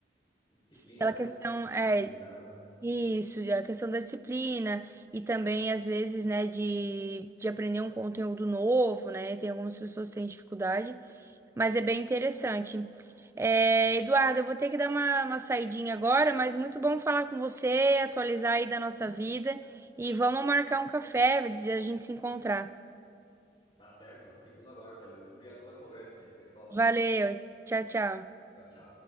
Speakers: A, on the left (about 30°); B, on the right (about 15°).
A: Disciplina,
B: Aquela
A: né?
B: questão
A: Você tem que ser
B: é
A: disciplinada.
B: isso, a questão da disciplina e também às vezes, né, de, de aprender um conteúdo novo, né? Tem algumas pessoas que têm dificuldade, mas é bem interessante. É, Eduardo, eu vou ter que dar uma, uma saidinha agora, mas muito bom falar com você, atualizar aí da nossa vida e vamos marcar um café, a gente se encontrar.
A: Tá certo, eu fico no aguardo também. Muito obrigado pela conversa, gente. Foi top.
B: Valeu, tchau, tchau.
A: Tchau, tchau.